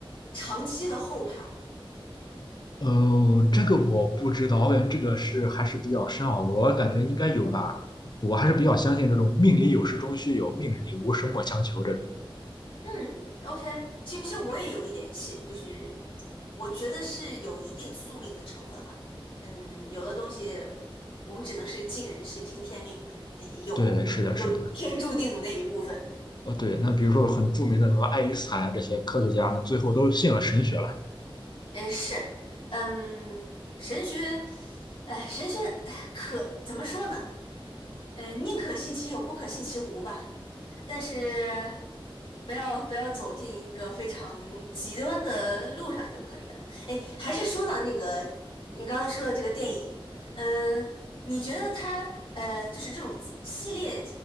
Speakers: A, on the left; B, on the left.
A: 长期的后怕。
B: 哦，这个我不知道，我感觉这个是还是比较深奥，我感觉应该有吧。我还是比较相信这种命里有时终须有，命里无时莫强求这种。
A: 嗯，OK，其实我也有一点信，就是我觉得是有一定宿命的成分啊。嗯，有的东西我们只能是尽人事听天命吧，诶有有天注定的那一部分。
B: 对，是的，是的。哦，对，那比如说很著名的什么爱因斯坦啊，这些科学家，那最后都信了神学了。
A: 嗯，是，嗯，神学，哎，神学，哎，可怎么说呢？嗯，宁可信其有，不可信其无吧。但是不要不要走进一个非常极端的路上就可以了。哎，还是说到那个你刚才说的这个电影，嗯、你觉得它呃，就是这种系列